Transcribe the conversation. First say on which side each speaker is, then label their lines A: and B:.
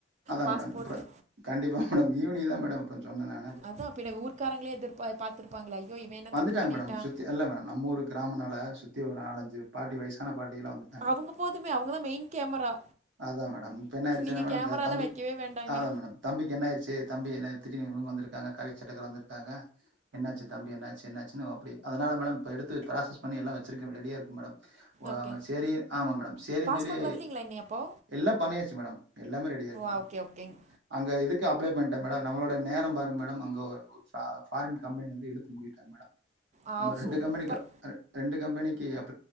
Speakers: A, on the right (about 70°); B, on the right (about 40°).
A: அதா
B: பாஸ்போர்ட்டு
A: மேடம் அப்ற கண்டிப்பா மேடம் ஈவ்னிங் தா மேடம் அப்பற சொன்ன நா
B: அதா பின்ன ஊர்காரங்ளே எதிர்பா பாத்திருப்பாங்களே ஐயோ இவ என்ன
A: வந்துட்டாங்க
B: தப்பு பண்ணிட்டா
A: மேடம். சுத்தி இல்ல மேடம் நம்ம ஊரு கிராமனால சுத்தி ஒரு நாலஞ்சு பாட்டி வயசான பாட்டியெல்லா வந்துட்டாங்க
B: அவுங்க போதுமே அவுங்கதா மெயின் கேமரா
A: அதா மேடம் இப்ப என்ன ஆயிருச்சுனா
B: நீங்க
A: மேடம்
B: கேமராலா
A: சேர் தம்பிக்கு
B: வைக்கவே வேண்டாங்க
A: அதா மேடம் தம்பிக்கு என்ன ஆயிருச்சு தம்பி என்ன திடீர்னு இவ்ங்க வந்திருக்காங்க காக்கி சட்டக்கார வந்திருக்காங்க என்னாச்சு தம்பி என்னாச்சு என்னாச்சுனு அப்டி அதனால மேடம் இப்ப எடுத்து ப்ராசஸ் பண்ணி எல்லா வச்சுருக்க ரெடியா இருக்கு மேடம் ஓ
B: ஓகே
A: சேரி ஆமா மேடம் சேரின்
B: பாஸ்போர்ட்
A: சொல்லி
B: வரலீங்களா இன்னி அப்போ
A: எல்லா பண்ணியாச்சு மேடம் எல்லாமே ரெடியா இருக்கு
B: அ
A: மேடம்.
B: ஓகே ஓகேங்
A: அங்க இதுக்கு அப்ளே பண்ணிட்டே மேடம் நம்மளோட நேர பாருங்க மேடம் அங்க ஒரு சா ஃபாரின் கம்பெனி வந்து இழுத்து முடிட்டாங்க மேடம்
B: ஆ
A: இன்னு ரெண்டு
B: சூப்பர்
A: கம்பெனிக்கு அப் அர ரெண்டு கம்பெனிக்கு அப்